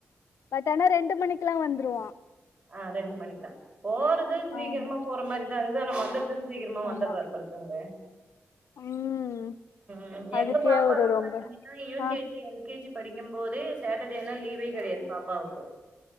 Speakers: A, on the left; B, on the right.
A: பட் ஆனா ரெண்டு மணிக்குலா வந்துருவா
B: ஆ ரெண்டு மணிக்லா போறது சீக்கிரமா
A: ஆமா
B: போற மாரிதா இருக்குது ஆனா வந்தது சீக்ரமா வந்த
A: ஆமா
B: ப பல்க்கங்க
A: ம்
B: அ
A: அதுக்கே
B: எங்க பாப்பாலா
A: அவரு ரொம்ப
B: பாத்திங்கனா யூகேஜி
A: ஆ
B: எல்கேஜி படிக்கும்போது சேட்டடேலா லீவே கெடையாது பாப்பாவுக்கு